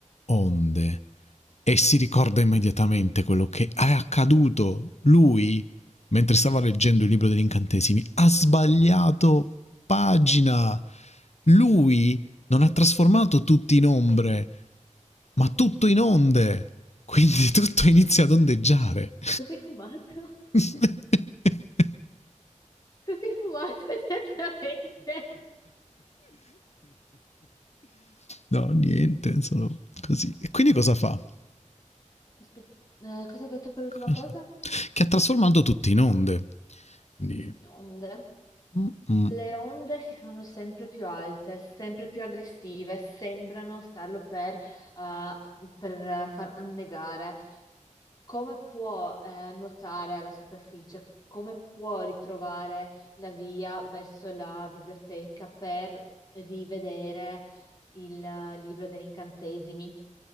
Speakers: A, on the left (about 60°); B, on the left (about 30°).
A: onde e si ricorda immediatamente quello che è accaduto. Lui, mentre stava leggendo il libro degli incantesimi, ha sbagliato pagina. Lui non ha trasformato tutti in ombre, ma tutto in onde. Quindi tutto inizia ad ondeggiare.
B: Cos'hai fumato? <laughs>
A: <laughs>
B: Cos'hai fumato esattamente?
A: No, niente, sono così. E quindi cosa fa?
B: Aspetta, eh, cosa hai detto per l'ultima
A: Cosa-
B: cosa?
A: Che ha trasformato tutti in onde. Quindi...
B: Inonde.
A: mm, mm,
B: Le onde si fanno sempre più alte, sempre più aggressive, sembrano starlo per, eh, per far annegare come può eh, nuotare alla superficie, come può ritrovare la via verso la biblioteca per rivedere il eh, libro degli incantesimi